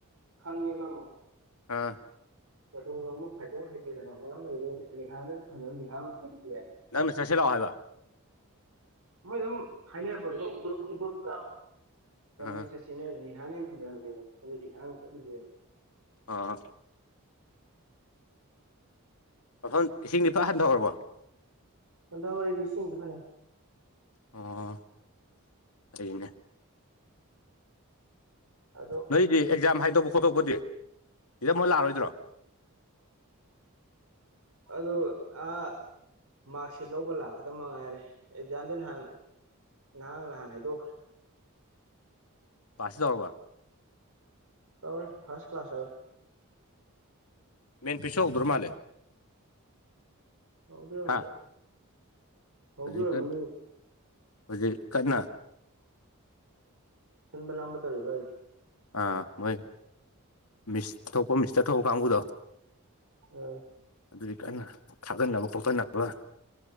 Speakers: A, on the right; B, on the left.
A: ꯈꯪꯉꯦꯕ ꯑꯃꯨꯛ
B: ꯑꯥ
A: <unintelligible>
B: ꯅꯪꯅ ꯆꯠꯁꯤ ꯂꯥꯛꯑꯣ ꯍꯥꯏꯕ
A: ꯃꯣꯏ ꯑꯗꯨꯝ ꯍꯥꯏꯅꯕ ꯒ꯭ꯔꯨꯞ ꯒ꯭ꯔꯨꯞꯇ ꯔꯥꯝꯔꯩ
B: ꯑꯥ
A: ꯆꯠꯁꯤ ꯔꯤꯍꯥꯅ ꯍꯦꯟꯅ ꯐꯖꯍꯜꯂꯦꯕ ꯑꯗꯨ ꯔꯤꯍꯥ ꯑꯣꯏꯅ ꯊꯣꯍꯅꯤꯡꯗꯦꯕ
B: ꯑꯥ ꯃꯐꯝ ꯂꯤꯁꯤꯡ ꯗꯤ ꯐꯥ ꯍꯟꯊꯥꯍꯧꯔꯕꯣ
A: ꯍꯟꯊꯥꯍꯧꯔꯦꯗ ꯏꯁꯤꯡꯁꯤꯡꯗꯤ ꯐꯅꯌꯥꯝ
B: ꯑꯣ ꯐꯩꯅꯦ
A: ꯑꯗꯣ
B: ꯅꯣꯏꯗꯤ ꯑꯦꯛꯖꯥꯝ ꯍꯥꯏꯗꯣꯛꯄ ꯈꯣꯠꯇꯣꯛꯄꯗꯤ ꯏꯝ ꯂꯥꯛꯔꯣꯏꯗ꯭ꯔꯣ
A: ꯑꯗꯨꯗ ꯑ ꯃꯥꯔꯛꯁꯤꯠ ꯂꯧꯕ ꯂꯥꯛꯀꯗꯕ ꯃꯉꯥꯏꯔꯦ ꯑꯦꯛꯖꯥꯝꯗꯤ ꯅꯍꯥꯟ ꯅꯍꯥꯟ ꯅꯍꯥꯟ ꯍꯥꯏꯗꯣꯛꯈ꯭ꯔꯦ
B: ꯄꯥꯁꯁꯤꯁ ꯇꯔꯥ
A: ꯇꯧꯔꯦ ꯐꯥꯔꯁꯠ ꯀ꯭ꯂꯥꯁ ꯌꯥꯧꯔꯦ
B: ꯃꯦꯟ ꯄꯤꯁꯨ ꯍꯧꯗꯣꯔꯣ ꯃꯥꯜꯦ
A: ꯍꯒꯅꯤ
B: ꯍꯥ
A: ꯍꯒ
B: ꯍꯧꯖꯤꯛ ꯀꯟ
A: ꯃꯅꯤ
B: ꯍꯧꯖꯤꯛ ꯀꯟꯅ
A: ꯁꯤꯟꯕ ꯂꯥꯡꯝꯕ ꯇꯧꯔꯤꯕ ꯑꯩ
B: ꯑꯥ ꯃꯣꯏ ꯃꯤꯁ ꯊꯣꯛꯄ ꯃꯤꯁꯇ ꯊꯣꯛꯄ ꯀꯥꯡꯕꯨꯗꯣ
A: ꯍ
B: ꯑꯗꯨꯒꯤ ꯀꯟꯅ ꯊꯥꯒꯠꯅꯕ ꯈꯣꯠꯀꯠꯅꯕ